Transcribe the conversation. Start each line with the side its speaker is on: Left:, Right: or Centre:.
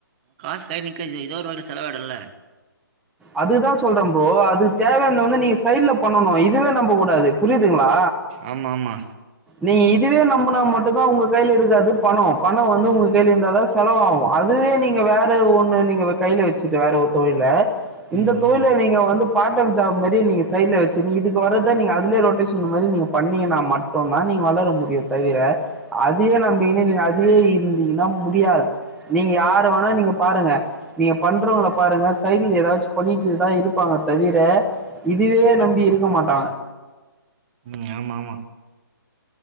Right: காசு கைல நிக்காது எதோ எதோ ஒரு பக்கட்டு செலவாய்டுல்ல
Centre: அதுதா சொல்றே ப்ரோ அதுக்கு தேவையானத வந்து நீங்க சைட்ல பண்ணனு இதுல நம்ப கூடாது புரியுதுங்ளா
Right: ஆமா ஆமா
Centre: நீங்க இதுவே நம்புனா மட்டுந்தா உங்க கைல இருக்காது பணோ பணோ வந்து உங்க கைல இருந்தா தா செலவாகு அதுவே யே நீங்க வேற ஒன்னு நீங்க இப்ப கைல வச்சுட்டு வேற ஒரு தொழில இந்த
Right: ம்
Centre: தொழில
Right: ம்
Centre: நீங்க வந்து பார்ட் டைம் ஜாப் மாரியே நீங்க சைட்ல வச்சுருங் இதுக்கு வரது சார் நீங்க அதுலே ரொட்டேஷன் இந்த மாரி நீங்க பண்ணீங்கனா மட் நீங்க வளர முடியு தவிர அதையே நம்பிங்கினு நீங்க அதையே இருந்தீங்கனா முடியாது நீங்க யாரு வேணா நீங்க பாருங்க நீங்க பண்றவ்ங்கள பாருங்க சைடில் எதாச்சு பண்ணிட்டு தா இருப்பாங்க தவிர இதுவே நம்பி இருக்க மாட்டா
Right: ம் ஆமாம்மா